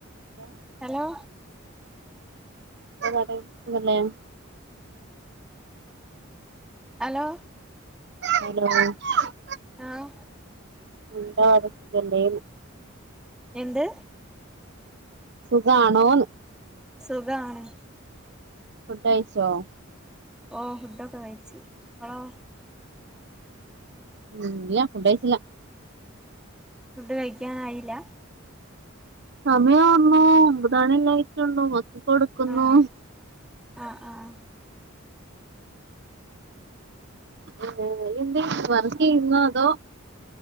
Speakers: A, on the right; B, in the centre.
A: Hello
B: hello
A: ത്താപാട് സുഖല്ലേ
B: hello
A: <unintelligible>
B: ആഹ്
A: എല്ലടല്ലയും
B: എന്ത്
A: സുഖാണോന്ന്
B: സുഖാണ്
A: ഫുഡ് കയ്ച്ചോ
B: ഓ ഫുഡൊക്കെ കഴിച്ചു നിങ്ങളോ
A: ഉം ഇല്ല ഫണ്ടയച്ചില്ല
B: ഫുഡ് കഴിക്കാനായില്ല
A: സമയം വന്നു ഒമ്പതണല്ലായിട്ടുണ്ടോ മക്ക കൊടുക്കുന്നു
B: ആഹ് ആഹ് ആഹ്
A: ഏഹ് എന്ത് വറക്കയിന്നോ അതോ